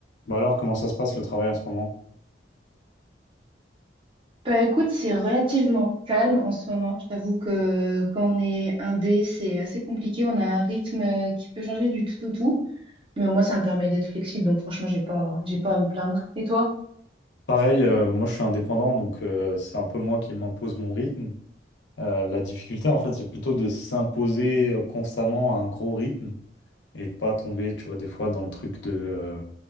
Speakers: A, on the left (about 85°); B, on the right (about 30°).
A: Bah alors, comment ça se passe le travail en ce moment?
B: Bah écoute, c'est relativement calme en ce moment. Je t'avoue que quand on est indé, c'est assez compliqué. On a un rythme euh, qui peut changer du tout au tout, mais au moins ça me permet d'être flexible. Donc franchement, j'ai pas, j'ai pas à me plaindre. Et toi?
A: Pareil, euh, moi je suis indépendant, donc euh, c'est un peu moi qui m'impose mon rythme. Euh, la difficulté, en fait, c'est plutôt de s'imposer euh, constamment à un gros rythme et de pas tomber, tu vois, des fois dans le truc de euh,